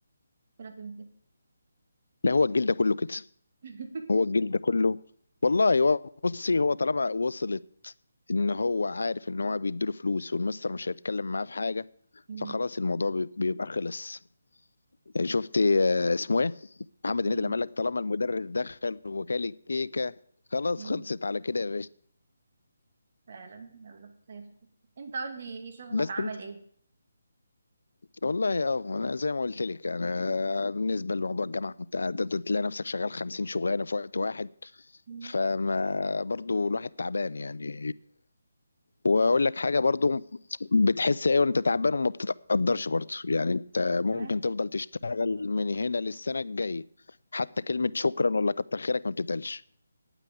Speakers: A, on the right; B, on the left.
A: كده كده كده
B: لا هو الجيل ده كله كده
A: <laughs>
B: هو الجيل ده كله والله هو بصي هو طالما وصلت ان هو عارف ان هو بيديله فلوس والمستر مش هيتكلم معاه في حاجه
A: مم.
B: فخلاص الموضوع بي- بيبقى خلص يعني شفت آه، اسمه ايه محمد
A: مم.
B: هنيدي لما قال لك طالما المدرس دخل وكال الكيكه خلاص
A: مم.
B: خلصت على كده يا باشا
A: فعلا يلا خير انت قول لي ايه شغلك
B: بس
A: عمل
B: انت
A: ايه
B: والله اه انا زي ما قلت لك انا بالنسبه لموضوع الجامعه انت أنت تلاقي نفسك شغال 50 شغلانه في وقت واحد
A: مم.
B: فما برضو الواحد تعبان يعني واقول لك حاجه برضو بتحس ايه وانت تعبان وما بتتقدرش برضو يعني انت ممكن
A: تمام
B: تفضل تشتغل من هنا للسنه الجايه حتى كلمه شكرا ولا كتر خيرك ما بتتقالش